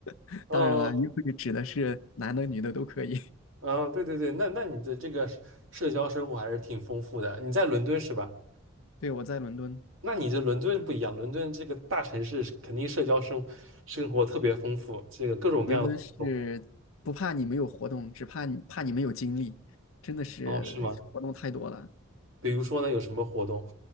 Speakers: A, on the left (about 75°); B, on the right (about 70°).
A: <laughs>
B: 啊
A: 当然了，约会指的是男的女的都可以。
B: 啊！对对对，那那你的这个社交生活还是挺丰富的。你在伦敦是吧？
A: <laughs> 对，我在伦敦，
B: 那你这伦敦不一样，伦敦这个大城市是肯定社交生生活特别丰富，这个各种各样的活动。
A: 伦敦是不怕你没有活动，只怕你怕你没有精力，真的是活动太多了。
B: 哦，是吗？比如说呢，有什么活动？